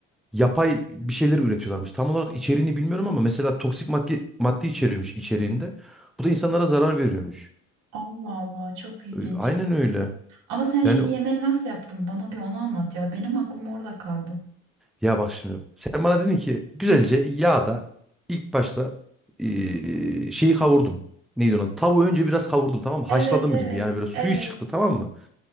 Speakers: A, in the centre; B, on the right.
A: yapay bir şeyler üretiyorlarmış. Tam olarak içeriğini bilmiyorum ama mesela toksik madde, madde içeriyormuş içeriğinde. Bu da insanlara zarar veriyormuş.
B: Allah Allah çok ilginç.
A: E, Aynen öyle.
B: Ama sen şimdi
A: Yani
B: yemeği nasıl yaptın? Bana bir onu anlat ya. Benim aklım orada kaldı.
A: ya bak şimdi sen bana dedin ki güzelce yağda ilk başta eee, şeyi kavurdum. Neydi ona? Tavuğu önce biraz kavurdum tamam mı?
B: Evet
A: Haşladım
B: evet
A: gibi yani böyle suyu
B: evet
A: çıktı tamam mı?